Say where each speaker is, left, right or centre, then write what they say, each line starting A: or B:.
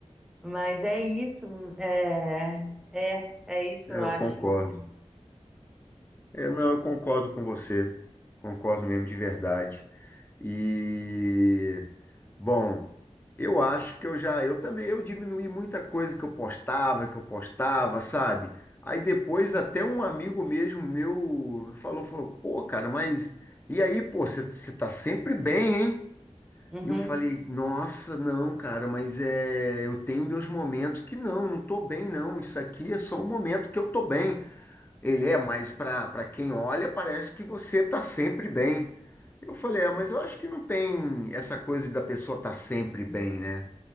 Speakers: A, in the centre; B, on the left.
A: mas é isso, é, é, é isso,
B: eu
A: eu acho,
B: concordo.
A: não sei.
B: Eu não, eu concordo com você. Concordo mesmo de verdade. E Bom, eu acho que eu já, eu também, eu diminuí muita coisa que eu postava, que eu postava, sabe? Aí depois até um amigo mesmo meu falou, falou, pô, cara, mas e aí, pô, você tá sempre bem, hein?
A: Uhum.
B: E eu falei, nossa, não, cara, mas é, eu tenho meus momentos que não, não tô bem, não. Isso aqui é só um momento que eu tô bem. Ele é, mas para para quem olha, parece que você tá sempre bem. Eu falei, ah, mas eu acho que não tem essa coisa da pessoa estar tá sempre bem, né?